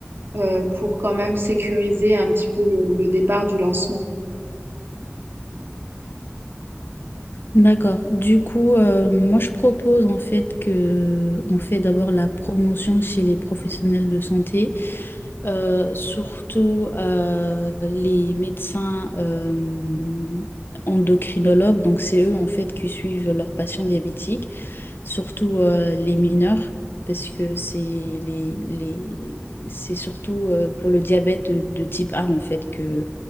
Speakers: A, on the right; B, on the left.
A: euh, pour quand même sécuriser un petit peu le, le départ du lancement?
B: D'accord. Du coup, euh, moi je propose en fait que on fait d'abord la promotion chez les professionnels de santé. Euh, surtout euh, les médecins euh, endocrinologues, donc c'est eux en fait qui suivent leurs patients diabétiques, surtout euh, les mineurs, parce que c'est les, les, c'est surtout euh, pour le diabète de, de type A en fait que